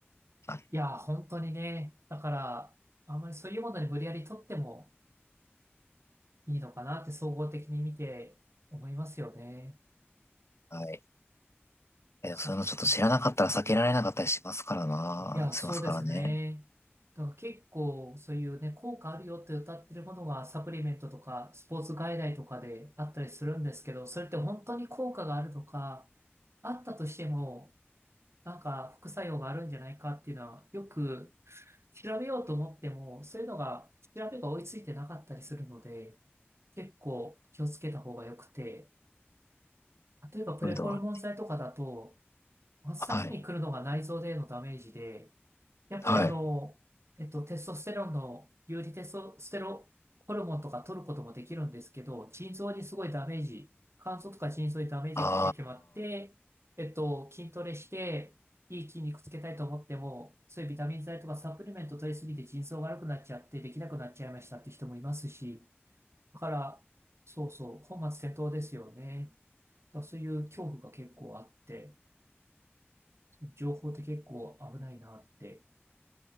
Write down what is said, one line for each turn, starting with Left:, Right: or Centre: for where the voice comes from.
Left: あ
Right: いや、本当にね、だから、あんまりそういうものに無理やり取ってもいいのかなって総合的に見て思いますよね。
Left: はい。え、
Right: そっか。
Left: そういうのちょっと知らなかったら避けられなかったりしますからな。
Right: いや、
Left: しますからね。
Right: そうですね。だから結構そういうね、効果あるよって歌ってるものがサプリメントとかスポーツ外来とかであったりするんですけど、それって本当に効果があるとか、あったとしても、なんか副作用があるんじゃないかっていうのは、よく調べようと思っても、そういうのが、調べが追いついてなかったりするので、結構気をつけた方が良くて、例えばプレホルモン剤とかだと、
Left: そういうのは。
Right: 真っ先に来るのが内臓でのダメージで、
Left: はい。
Right: やっぱりあの、
Left: はい。
Right: えっと、テストステロンの、有利テストステロホルモンとか取ることもできるんですけど、腎臓にすごいダメージ、肝臓とか腎臓にダメージが来てしまって、
Left: あ
Right: えっと、筋トレして、いい筋肉つけたいと思っても、そういうビタミン剤とかサプリメント取りすぎて腎臓悪くなっちゃって、できなくなっちゃいましたって人もいますし、だから、そうそう、本末転倒ですよね。だからそういう恐怖が結構あって、情報って結構危ないなって。